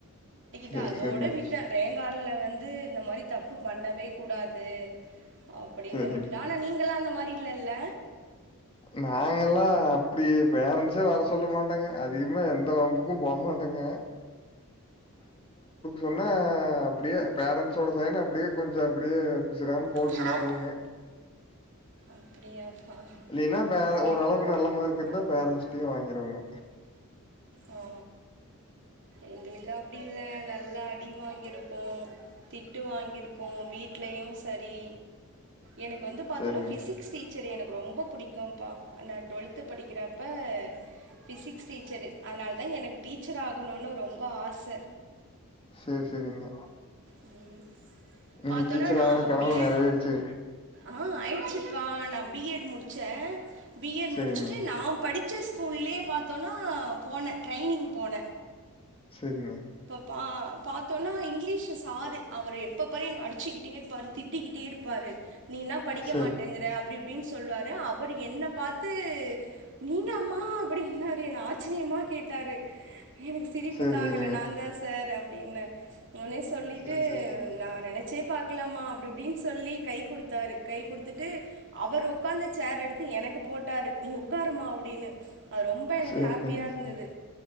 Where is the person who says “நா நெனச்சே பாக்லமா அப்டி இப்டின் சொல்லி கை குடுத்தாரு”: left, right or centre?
Right